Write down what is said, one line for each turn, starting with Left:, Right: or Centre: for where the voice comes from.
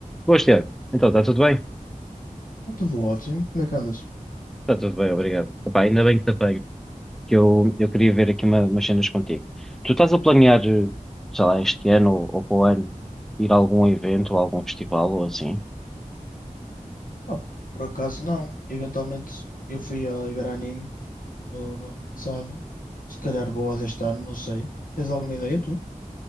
Centre: Boas, Tiago. Então, está tudo bem?
Left: Está tudo ótimo. Como é que andas?
Centre: Está tudo bem, obrigado. Epá, ainda bem que te apanho, que eu, eu queria ver aqui uma- umas cenas contigo. Tu estás a planear, eh, sei lá, este ano ou, ou para o ano, ir a algum evento ou a algum festival ou assim?
Left: Ah, por acaso não. Eventualmente eu fui ao Iberanime no, no ano passado. Se calhar boa deste ano, não sei. Tens alguma ideia tu?